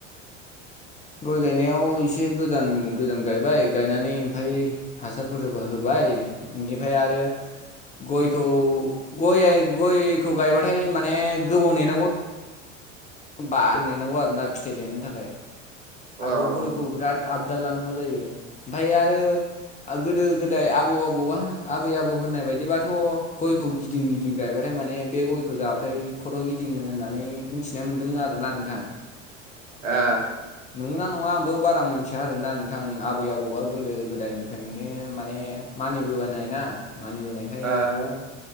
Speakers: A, on the right; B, on the left.
A: <unintelligible>
B: गय गायनायाव एसे गोदान - गोजान गायबाय गायनानै ओमफ्राय हासारफोर होबा होबाय ए बेनिफ्राय आरो गयखौ गया गयखौ गायबाथाय माने गोबाव नेनांगौ बा नेनांगौ आरोना फिथाइ थायनो थाखाय
A: औ ओ
B: आरो गयखौ बिराद आब बोर लानांगौ जायो। ओमफ्राय आरो गोदो गोदाय आबौ आबौआ आबै आबौ होननाय बायदिबाथ' गयखौ गिदिं गिदिं गायबाथाय माने बे गयखौ जाबाथाय खर' गिदिङो होननानै मिथिनाय मोनदों आरो ना नोंथां
A: आ
B: नंगौना नङा आंबो बारा मोनथिया आरोना नोंथां आबै आबौआ गोदो गोदायनिफ्राय माने मा मानिबोबोनाय ना मानिबोनायखाय
A: ओ